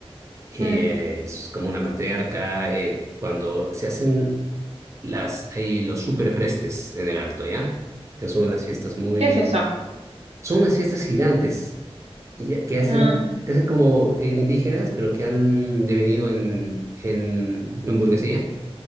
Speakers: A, on the right; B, on the right.
A: Eh,
B: Mm,
A: es como una matriarca. eh, cuando se hacen las, hay los superprestes en el Alto, ¿ya? Que son unas fiestas muy
B: ¿qué es eso?
A: Son unas fiestas gigantes y- que hacen,
B: Ah,
A: que hacen como eh, indígenas, pero que han devenido en, en, en burguesía